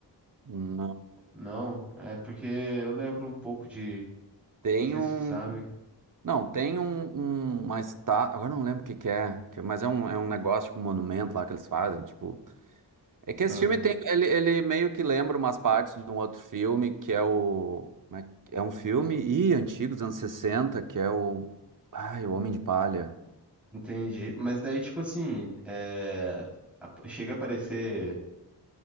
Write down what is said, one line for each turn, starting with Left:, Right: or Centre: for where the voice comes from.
Right: não,
Centre: Não, é porque eu lembro um pouco de
Right: tem
Centre: disso,
Right: um,
Centre: sabe?
Right: não, tem um, um uma estátua, agora eu não lembro o que que é, que- mas é um, é um negócio, tipo, um monumento lá que eles fazem, tipo, É que esse
Centre: Ah,
Right: filme tem, ele, ele meio que lembra umas partes de um outro filme, que é o. como É que- é um filme ih, antigo, dos anos 60, que é o. Ai, o Homem de Palha.
Centre: entendi. Mas daí, tipo assim, é... a- chega a aparecer